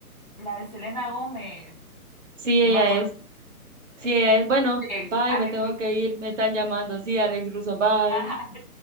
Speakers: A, on the left (about 30°); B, on the right (about 55°).
A: La de Selena Gómez.
B: Sí,
A: No
B: ella
A: me acuerdo.
B: es. Sí, ella es. Bueno,
A: Alex,
B: bye,
A: Alex
B: me tengo
A: Ruiz.
B: que ir, me están llamando. Sí, Alex Russo, bye.
A: <laughs>